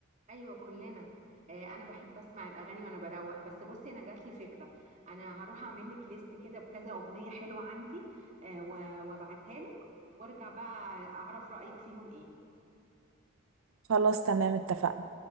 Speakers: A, on the right; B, on the right.
A: ايوه كلنا آه، انا بحب اسمع الاغاني وانا بروق بس بصي انا جات لي فكره انا هروح اعمل لك ليست كده بكذا اغنيه حلوه عندي آه، و- وابعتها لك وارجع بقى اعرف رايك فيهم ايه
B: خلاص تمام اتفقنا